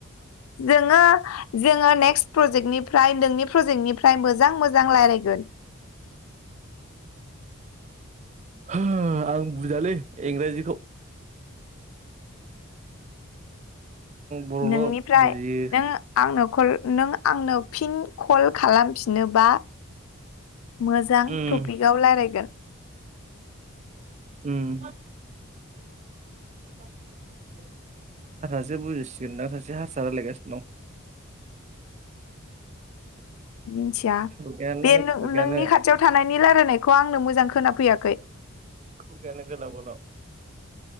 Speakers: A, on the left; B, on the right.
A: जोङो जोङो नेक्स्ट प्रजेक्टनिफ्राय नोंनि प्रजेक्टनिफ्राय मोजां मोजां लायरायगोन।
B: हो आं बुजियालै इंराजिखौ। बर'ल'
A: नोंनिफ्राय
B: बुजियो
A: नोङो आंनो कल नों आंनो फिन कल खालामफिनोबा मोजां
B: उम
A: टपिकआव लायरायगोन।
B: उम <inaudible> हारसासो बुजिसिगोन दां सासे हारसा लायरायगासिनो दं।
A: मिनथिया
B: दं खुगायानो
A: बे नों-नोंनि
B: खुगायानो
A: खाथियाव थानायनि लायरायनायखौ आंनो मोजां खोनाफैयाखै।
B: खुगायानो गोलाव गोलाव।